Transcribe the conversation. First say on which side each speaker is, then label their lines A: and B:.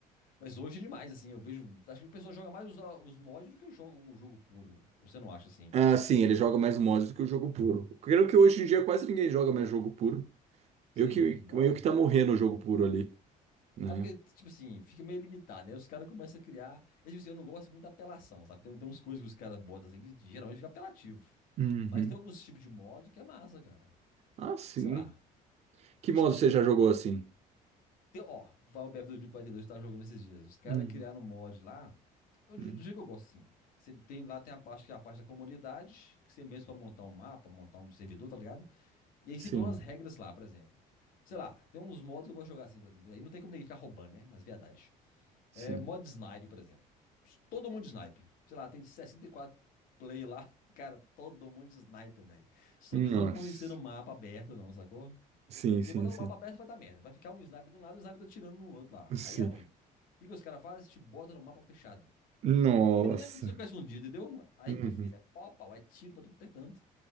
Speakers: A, on the left (about 65°); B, on the right (about 45°).
A: Mas hoje é demais, assim, eu vejo. Acho que o pessoal joga mais os, os mods do que eu jogo o jogo puro. Você não acha assim?
B: Ah, sim, ele joga mais mods do que o jogo puro. Creio que hoje em dia quase ninguém joga mais jogo puro. Eu
A: Sim,
B: que,
A: nossa.
B: eu que tá morrendo o jogo puro ali, né?
A: É porque, tipo assim, fica meio limitado. Aí os caras começam a criar. Eu, tipo assim, eu não gosto muito da apelação, sabe? Tem, tem uns coisas que os caras botam assim que geralmente fica apelativo.
B: Uhum.
A: Mas tem alguns tipos de modo que é massa, cara.
B: Ah, sim.
A: Sei lá.
B: Que modo
A: Tipo assim,
B: você já jogou assim?
A: tem, ó, vai o BF 2042 que tava jogando esses dias. Os caras
B: Hum,
A: criaram um mod lá. Eu,
B: hum.
A: do jeito que eu gosto, assim. Você tem, lá tem a parte que é a parte da comunidade, que você mesmo pra montar um mapa, montar um servidor, tá ligado? E aí
B: Sim,
A: você põe umas regras lá, por exemplo. Sei lá, tem uns modos que eu gosto de jogar assim, por exemplo. Aí não tem como ninguém ficar roubando, né? Nas viadagens.
B: sim.
A: É, modo snipe, por exemplo. Todo mundo snipe. Sei lá, tem 64 play lá. <laughs> Cara, todo mundo snipe, velho. Só
B: Nossa.
A: que eles não põem você no mapa aberto, não, sacou?
B: Sim,
A: Porque
B: sim,
A: botar no
B: sim.
A: mapa aberto vai dar merda. Vai ficar um snipe de um lado e um snipe atirando no outro lá.
B: Sim.
A: Aí é ruim. O que que os caras fazem? Te botam no mapa fechado.
B: Nossa.
A: E não tem como você ficar escondido, entendeu? Aí,
B: Uhum.
A: meu filho, é pau, a pau, é tiro pra tudo que é canto.